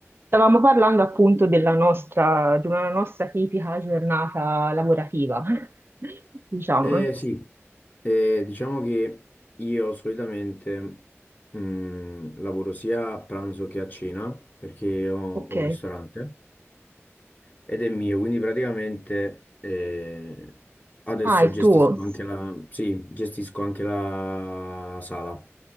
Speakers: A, on the right; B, on the left.
A: Stavamo parlando appunto della nostra, di una nostra tipica giornata lavorativa, <laughs> diciamo.
B: Eh,
A: eh.
B: sì, Eh, diciamo che io solitamente mh, lavoro sia a pranzo che a cena perché ho,
A: Ok.
B: ho un ristorante ed è mio, quindi praticamente eh, adesso
A: Ah, il
B: gestisco
A: tuo.
B: anche la, sì, gestisco anche la sala.